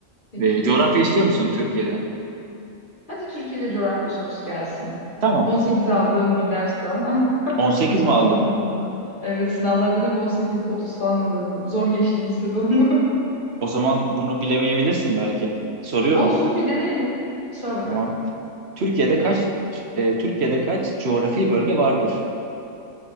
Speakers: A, on the left; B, on the right.
A: Peki,
B: Ee, coğrafya
A: peki.
B: istiyor musun Türkiye'de?
A: Hadi Türkiye'de coğrafya sorusu gelsin.
B: Tamam.
A: 18 aldığım bir dersti ama
B: 18
A: <laughs>
B: mi aldın?
A: zamanında. Evet sınavlardan hep 18-30 falan alırdım. Zor geçtim lisede onu. <laughs>
B: O zaman bunu bilemeyebilirsin belki. Soruyorum.
A: Olsun bir deneyelim. Sor bakalım.
B: Tamam. Türkiye'de kaç e, Türkiye'de kaç coğrafi bölge vardır?